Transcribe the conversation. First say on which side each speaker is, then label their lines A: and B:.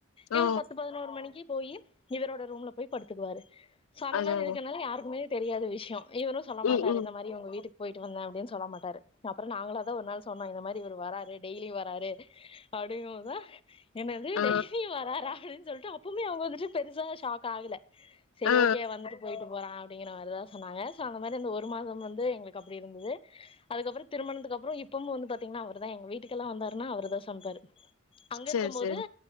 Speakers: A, on the left; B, on the left.
A: ஆ
B: இவரு பத்து பதினோரு மணிக்கு போயி இவரோட ரூம்ல போய் படுத்துக்குவாரு சோ அந்த
A: அதா
B: மாரி
A: அதா
B: இருக்கனால யாருக்குமே தெரியாத விஷயம் இவரு சொல்ல
A: ம்
B: மாட்டாரு
A: ம்
B: இந்தமாரி இவங்க வீட்டுக்கு போயிட்டு வந்த அப்டின்னு சொல்ல மாட்டாரு அப்புற நாங்களா தா ஒரு நாள் சொன்னோ இந்த மாரி இவரு வராரு டெய்லி வராரு அப்டிங்கபோதா என்னது
A: ஆ
B: டெய்லி வராறா அப்டின் சொல்ட்டு அப் இப்பவுமே அவங்க வந்துட்டு பெருசா ஷாக் ஆகல சரி
A: ஆ ஆ
B: ஓகே வந்துட்டு போயிட்டு போறா அப்டிங்கற மாரிதா சொன்னாங்க சோ அந்த மாரி அந்த ஒரு மாதம் வந்து எங்களுக்கு அப்டி இருந்தது அதுக்கப்புற திருமணத்துக்கு அப்புற இப்பமு வந்து பாத்தீங்கன்னா அவர் தா எங்க வீட்டுக்கெல்ல வந்தாருன்னா அவர் இவர் தா சமைப்பாரு அங்க
A: சேரி
B: இருக்கும் போது
A: சேரி